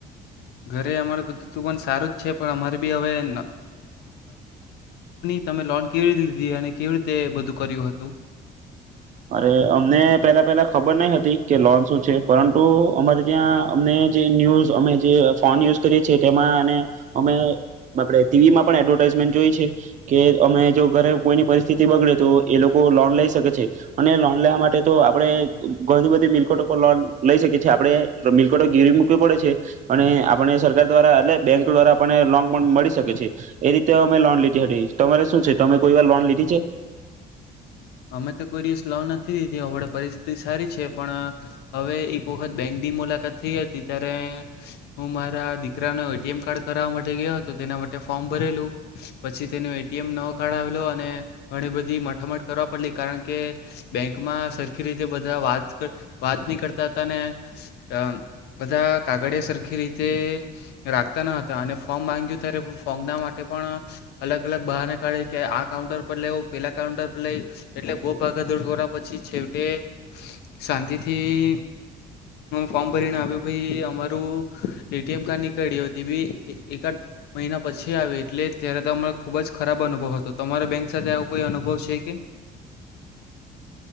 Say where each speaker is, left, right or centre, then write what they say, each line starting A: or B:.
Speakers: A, on the left (about 75°); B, on the right (about 45°).
A: ઘરે અમારે બધું પણ સારું જ છે. પણ અમારે બી હવે ન તમે લોન કેવી રીતે લીધી અને કેવી રીતે બધું કર્યું હતું
B: અરે અમને પેલા પેલા ખબર નહીં હતી કે લોન શું છે. પરંતુ અમારે ત્યાં અમને જે ન્યૂઝ અમે જે ફોન યુઝ કરીએ છીએ તેમાં અને અમે આપણે ટીવી માં પણ એડવર્ટાઈઝમેન્ટ જોઈએ છે કે અમે જો ઘરે કોઈની પરિસ્થિતિ બગડે તો એ લોકો લોન લઈ શકે છે. અને લોન લેવા માટે તો આપણે ઘણી બધી મિલકત ઉપર લોન લઈ શકીએ છીએ. આપણે મિલકટો ગીરવી મૂકવી પડે છે. અને આપણે સરકાર દ્વારા એટલે બેંક દ્વારા આપને લોન પણ મળી શકે છે. એ રીતે અમે લોન લીધી હતી તમારે શું છે તમે કોઈ વાર લોન લીધી છે?
A: અમે તો કોઈ દિવસ લોન નથી લીધી. હમણાં પરિસ્થિતિ સારી છે પણ હવે એક વખત બેંકની મુલાકાત થઈ હતી. ત્યારે હું મારા દીકરાનો એટીએમ કાર્ડ કરાવવા માટે ગયો હતો તેના માટે ફોર્મ ભરેલું પછી તેનો એટીએમ નવો કઢાવેલો અને ઘણી બધી માથામથ કરવા પડલી કારણ કે બેંકમાં સરખી રીતે બધા વાત વાત નહી કરતા હતા ને અમ બધાં કાગળિયા સરખી રીતે રાખતા ન હતા. અને ફોર્મ માંગ્યું ત્યારે ફોર્મના માટે પણ અલગ અલગ બહાના કાઢે કે આ કાઉન્ટર પર લેવ પેલા કાઉન્ટર લઈ એટલે બહુ ભાગાદોડ કરવા પછી છેવટે શાંતિથી ફોર્મ ભરીને આપ્યો. પહી અમારું એટીએમ કાર્ડ નીકળ્યું તે બી એકાદ મહિના પછી આવ્યું એટલે ત્યારે તો અમેં ખુબ જ ખરાબ અનુભવ હતો. તમારા બેંક સાથે આવો કોઈ અનુભવ છે? કે